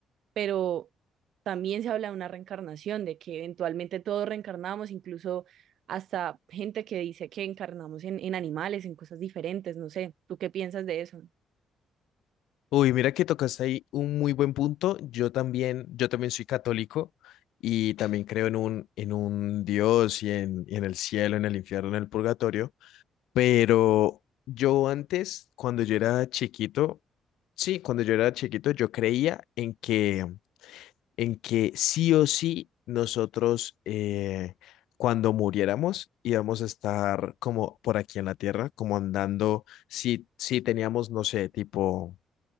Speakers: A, on the right; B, on the left.
A: pero también se habla de una reencarnación, de que eventualmente todos reencarnamos, incluso hasta gente que dice que encarnamos en, en animales, en cosas diferentes, no sé, ¿tú qué piensas de eso?
B: Uy, mira que tocaste ahí un muy buen punto. Yo también, yo también soy católico y también creo en un, en un Dios y en, y en el cielo, en el infierno, en el purgatorio. Pero yo antes, cuando yo era chiquito, sí, cuando yo era chiquito, yo creía en que, en que sí o sí nosotros, eh, cuando muriéramos, íbamos a estar como por aquí en la tierra, como andando, si, si teníamos, no sé, tipo,